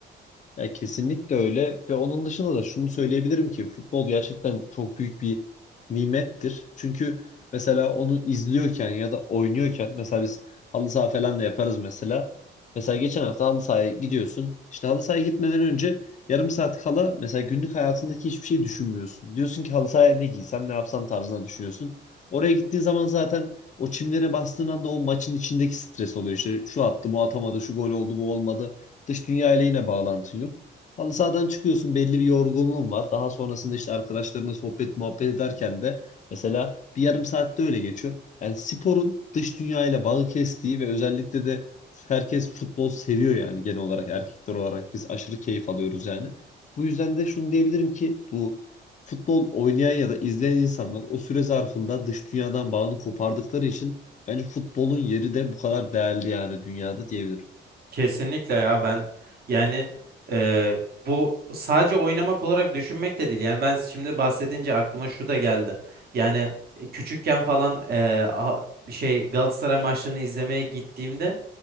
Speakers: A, on the left; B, on the right.
A: Ya kesinlikle öyle ve onun dışında da şunu söyleyebilirim ki futbol gerçekten çok büyük bir nimettir. Çünkü mesela onu izliyorken ya da oynuyorken mesela biz halı saha falan da yaparız mesela. Mesela geçen hafta halı sahaya gidiyorsun. İşte halı sahaya gitmeden önce yarım saat kala mesela günlük hayatındaki hiçbir şey düşünmüyorsun. Diyorsun ki halı sahaya ne giysem ne yapsam tarzına düşünüyorsun. Oraya gittiğin zaman zaten o çimlere bastığın anda o maçın içindeki stres oluyor. İşte şu attı bu atamadı şu gol oldu bu olmadı. Dış dünya ile yine bağlantın yok. Halı sahadan çıkıyorsun belli bir yorgunluğun var. Daha sonrasında işte arkadaşlarınla sohbet muhabbet ederken de mesela bir yarım saatte öyle geçiyor. Yani sporun dış dünya ile bağı kestiği ve özellikle de herkes futbol seviyor yani genel olarak erkekler olarak biz aşırı keyif alıyoruz yani. Bu yüzden de şunu diyebilirim ki bu futbol oynayan ya da izleyen insanlar o süre zarfında dış dünyadan bağını kopardıkları için bence futbolun yeri de bu kadar değerli yani dünyada diyebilirim.
B: Kesinlikle ya ben yani e, bu sadece oynamak olarak düşünmek de değil. Yani ben şimdi bahsedince aklıma şu da geldi. Yani e, küçükken falan e, a- bir şey Galatasaray maçlarını izlemeye gittiğimde